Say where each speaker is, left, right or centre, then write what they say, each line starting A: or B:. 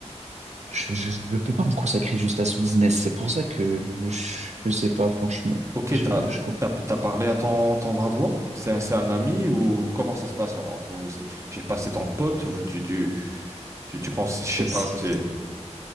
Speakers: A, on the right; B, on the right.
A: je, je, je peux pas me consacrer juste à ce business. C'est pour ça que je, je sais pas, franchement.
B: Ok,
A: Je,
B: t'as,
A: je
B: t'as, t'as parlé à ton, ton bras droit? C'est un, c'est un ami ou comment ça se passe en- entre vous? C'est, j'ai passé ton pote ou tu, tu, tu, tu penses, je sais
A: commence.
B: pas, que c'est...